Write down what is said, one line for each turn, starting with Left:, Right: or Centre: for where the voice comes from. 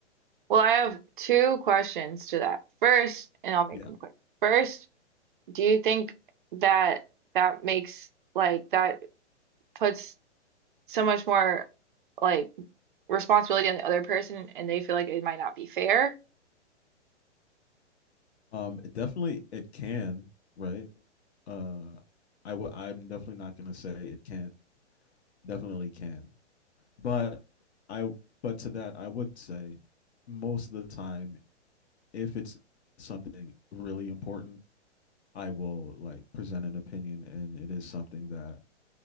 Right: Well, I have two questions to that. First, and I'll make
Left: Yeah.
Right: them quick. First, do you think that that makes like that puts so much more like responsibility on the other person and they feel like it might not be fair?
Left: Um it definitely it can, right? Uh I would I'm definitely not going to say it can't. Definitely can. But I but to that I would say most of the time if it's something really important I will like present an opinion and it is something that